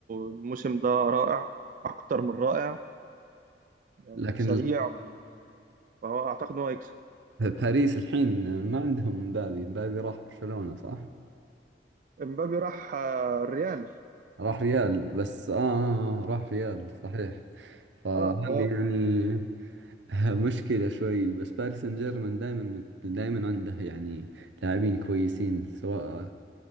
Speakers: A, on the right; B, on the right.
A: الموسم ده رائع اكتر من رائع يعني
B: لكن
A: سريع
B: ال-
A: فهو اعتقد ان هو هيكسب
B: باريس الحين ما عندهم مبابي مبابي راح برشلونة صح؟
A: امبابي راح آه، الريال
B: راح ريال بس آه, آه آه، راح ريال صحيح فهذه
A: اه هو
B: يعني <laughs> مشكلة شوي بس باريس سان جيرمان دائما دائما عنده يعني لاعبين كويسين سواء